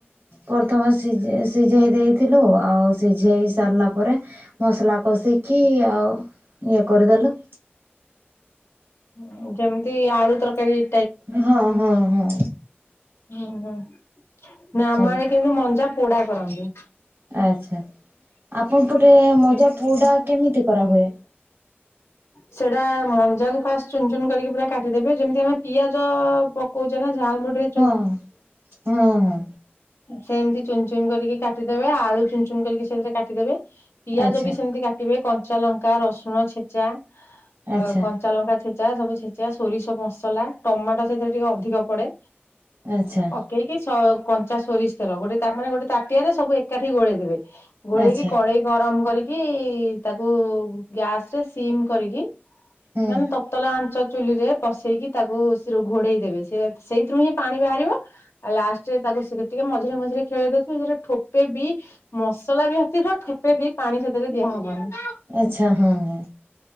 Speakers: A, on the right; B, on the left.
A: ପରଥମେ ସି ସିଝେଇ ଦେଇଥିଲୁ ଆଉ ସିଝ ଝେଇ ସାରିଲା ପରେ ମସଲା କଷିକି ଆଉ ଇଏ କରିଦେଲୁ।
B: ଉଁ କେମିତି ଆଳୁ ତରକାରୀ।
A: ହଁ ହଁ ହଁ।
B: ଉଁ ହୁଁ ନା
A: ସେମିତି
B: ଆମ ଆଡ଼େ କିନ୍ତୁ ମଞ୍ଜା ପୋଡ଼ା କରନ୍ତି।
A: ଆଚ୍ଛା। ଆପଣ ପଟେ ମଜା ପୋଡ଼ା କେମିତି କରାହୁଏ?
B: ସେଟା ମଞ୍ଜାକୁ ଫାଷ୍ଟ୍ ଚୁନ୍ ଚୁନ୍ କରିକି ପୁରା କାଟିଦେବେ ଯେମିତି ଆମେ ପିଆଜ ତ ପକଉଚ ନା ଝାଲ୍ ମୁୁଡି଼ରେ।
A: ହା ହଁ ହଁ।
B: ସେଏନ୍ତି ଚୁନ୍ ଚୁନ୍ କରିକି କାଟିଦେବେ ଆଳୁ ଚୁନ୍ ଚୁନ୍ କରିକି ସେ ଅନୁସାରେ କାଟିଦେବେ ପିଆଜ
A: ଆଚ୍ଛା
B: ବି ସେମିତି କାଟିବେ କଞ୍ଚା ଲଙ୍କା ରସୁଣ ଛେଚା ଅ
A: ଆଚ୍ଛା।
B: କଞ୍ଚା ଲଙ୍କା ଛେ ଚା ସବୁ ଛେଚା ସୋରିସ ବସଲା ଟମାଟ ସେଥିରେ ଟିକେ ଅଧିକ ପଡ଼େ।
A: ଆଚ୍ଛା
B: ପକେଇକି ସ କନ୍ ଚା ସୋରିଷ୍ ତେଲ ଗୋଟେ ତା ମାନେ ଗୋଟେ ତାଟିଆରେ ସବୁ ଏକାଠି ଗୋଳେଇ ଦେବେ ଗୋଳେଇକି
A: ଆଚ୍ଛା
B: କଡ଼େଇ ଗରମ୍ କରି କି ତାକୁ ଗ୍ୟାସ୍ ରେ ସିମ୍ କରିକି
A: ହୁଁ
B: ମାନେ ତତଲା ଆ ଚ ଚୁଲିରେ ପସେଇକି ତାକୁ ସିରୁ ଘୋଡ଼େଇ ଦେବେ ସେ ସେଇଥିରୁ ହିଁ ପାଣି ବାହାରିବ ଆଉ ଲାଷ୍ଟ୍ ରେ ତାକୁ ସୁଗେର୍ ଟିକେ ମଝିରେ ମଝିରେ ଖେଳେଇ ଦଉଥିବେ ଯଉଥିରେ ଠୋପେ ବି ମସ୍ ସଲା ବ୍ୟତିତ ଠପେ ବି ପାଣି ସେଥିରେ ଦିଆ ହବନି।
A: ଆଚ୍ଛା ହଁ ହଁ।